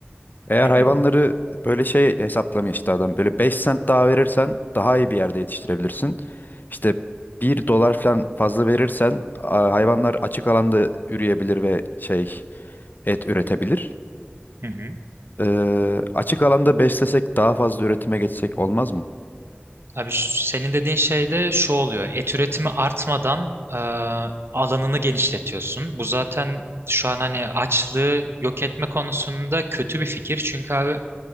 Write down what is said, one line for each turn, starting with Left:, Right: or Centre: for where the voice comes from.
Left: Eğer
Right: hı hı,
Left: hayvanları böyle şey hesaplamıyor işte adam. Böyle 5 sent daha verirsen daha iyi bir yerde yetiştirebilirsin. İşte bir dolar falan fazla verirsen a- hayvanlar açık alanda üreyebilir ve şey et üretebilir.
Right: hı hı.
Left: Ee, açık alanda beslesek daha fazla üretime geçsek olmaz mı?
Right: Abi ş- senin dediğin şey de şu oluyor. Et üretimi artmadan e, alanını genişletiyorsun. Bu zaten şu an hani açlığı yok etme konusunda kötü bir fikir. Çünkü abi